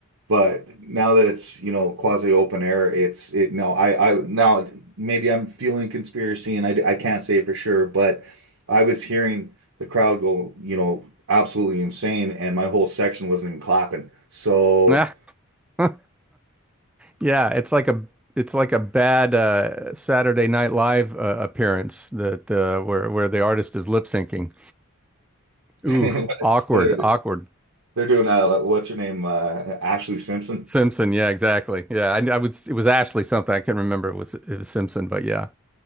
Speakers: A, on the right; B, in the centre.
A: But now that it's, you know, quasi open air, it's it no, I I now maybe I'm fueling conspiracy and I I can't say for sure, but I was hearing the crowd go, you know, absolutely insane and my whole section wasn't even clapping. So
B: Yeah. <laughs> Yeah, it's like a it's like a bad uh, Saturday Night Live uh, appearance that uh, where where the artist is lip syncing.
A: <laughs>
B: Ooh, awkward,
A: they're
B: awkward.
A: they're doing uh what's her name? Uh Ashley Simpson.
B: Simpson, yeah, exactly. Yeah, I, I was it was Ashley something. I can not remember it was it was Simpson, but yeah.